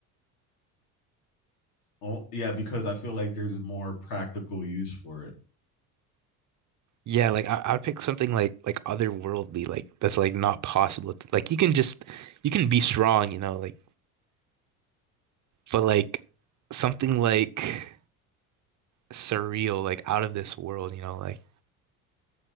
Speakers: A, on the left; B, on the right.
A: Oh, yeah, because I feel like there's more practical use for it.
B: Yeah, like I, I would pick something like like otherworldly, like that's like not possible. to- Like you can just you can be strong, you know, like but like something like surreal, like out of this world, you know, like